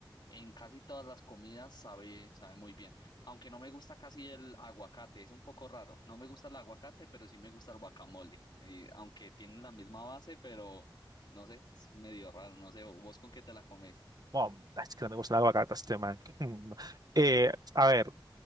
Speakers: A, on the left; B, on the right.
A: en casi todas las comidas sabe, sabe muy bien. Aunque no me gusta casi el aguacate, es un poco raro. No me gusta el aguacate, pero sí me gusta el guacamole. Y aunque tienen la misma base, pero no sé, es medio raro. No sé, ¿vos con qué te la comes?
B: Bueno, es que no me gusta la aguacate a este man. <laughs> Eh, a ver,